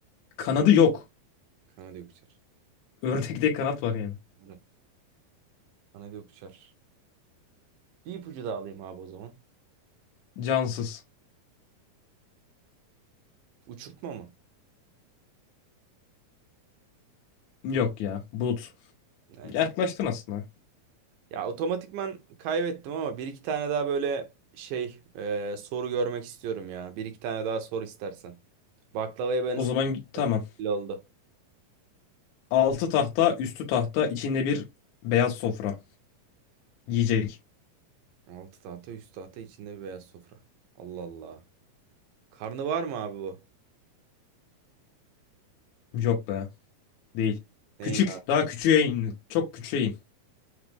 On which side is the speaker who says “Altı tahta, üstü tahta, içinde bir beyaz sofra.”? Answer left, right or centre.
Left